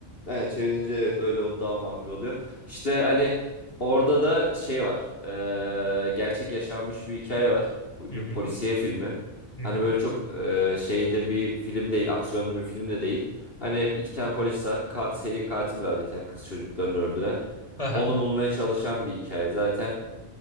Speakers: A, on the left; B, on the left.
A: Aynen çevirince evet öyle oldu daha makul oluyor. İşte hani orada da şey var. eee, gerçek yaşanmış bir hikaye var. Bu
B: Hı
A: Bir
B: hı.
A: polisiye filmi.
B: Hı
A: Hani
B: hı.
A: böyle çok eee, şeyde bir film değil, aksiyonlu bir film de değil. Hani iki tane polis var, ka- seri katil var bir tane kız çocuklarını öldüren.
B: Aha.
A: Onu bulmaya çalışan bir hikaye. Zaten